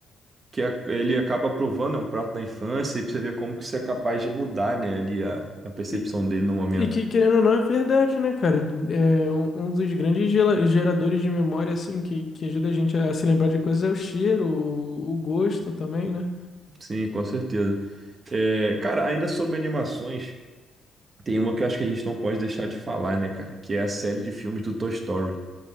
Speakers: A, on the right; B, on the left.
A: que a- ele acaba provando, é um prato da infância, e pra você ver como que você é capaz de mudar, né, ali a, a percepção
B: E,
A: dele no momento.
B: e que, querendo ou não, é verdade, né, cara? É, um, um dos grandes gela- geradores de memória, assim, que, que ajuda a gente a se lembrar de coisas é o cheiro, o, o gosto também, né?
A: Sim, com certeza. É, cara, ainda sobre animações, tem uma que eu acho que a gente não pode deixar de falar, né, cara? Que é a série de filmes do Toy Story.